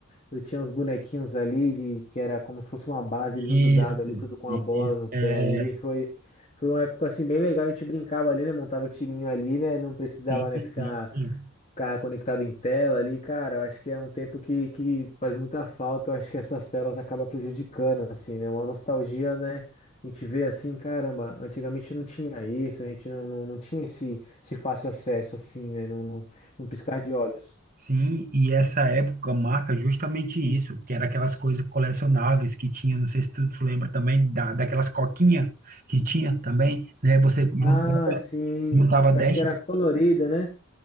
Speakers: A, on the left; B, on the right.
A: eu tinha uns bonequinhos ali de, que era como se fosse uma base, eles
B: Isso,
A: grudados ali, tudo com
B: isso.
A: a bola no pé
B: É,
A: ali. Foi, foi uma época assim bem legal, a gente brincava ali, né? Montava o timinho ali, né? Não precisava,
B: é,
A: né, ficar
B: sim, sim.
A: ficar conectado em tela ali, cara, eu acho que é um tempo que, que faz muita falta, eu acho que essas telas acabam prejudicando, assim, né? Uma nostalgia, né? A gente vê assim, caramba, antigamente não tinha isso, a gente não, não, não tinha esse, esse fácil acesso, assim, né? Num, num num piscar de olhos.
B: Sim, e essa época marca justamente isso, que era aquelas coisas colecionáveis que tinha, não sei se tu, tu lembra também, da, daquelas coquinhas que tinha também, né? Você
A: Ah,
B: juntava,
A: sim,
B: juntava
A: acho
B: dez
A: que era colorida, né?